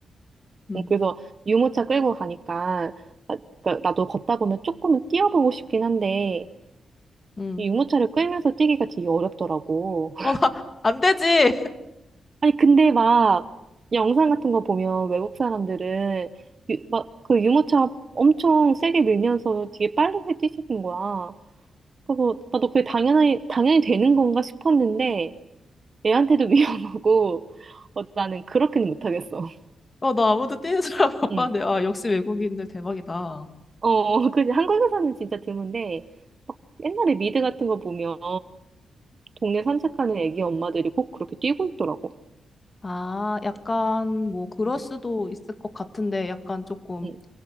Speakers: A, on the left (about 25°); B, on the right (about 40°).
A: 음,
B: 응, 그래서 유모차 끌고 가니까, 아, 그러니까 나도 걷다 보면 조금은 뛰어보고 싶긴 한데,
A: 음.
B: 이 유모차를 끌면서 뛰기가 되게 어렵더라고.
A: <laughs>
B: <laughs>
A: 어, 나, 안 되지! <laughs>
B: 아니, 근데 막 영상 같은 거 보면 외국 사람들은 막 그 유모차 엄청 세게 밀면서 되게 빠르게 뛰시는 거야. 그래서 아, 너 그게 당연히, 당연히 되는 건가 싶었는데 애한테도 <laughs> 위험하고 어, 나는 그렇게는 못하겠어.
A: 어, 나 아무도 뛰는 사람 <laughs> 못
B: 응.
A: 봤는데. 아, 역시 외국인들 대박이다.
B: 어, <laughs> 그 한국에서는 진짜 드문데 막 옛날에 미드 같은 거 보면 동네 산책하는 애기 엄마들이 꼭 그렇게 뛰고 있더라고.
A: 아, 약간 뭐 그럴
B: 응.
A: 수도 있을 것 같은데 약간 조금
B: 응.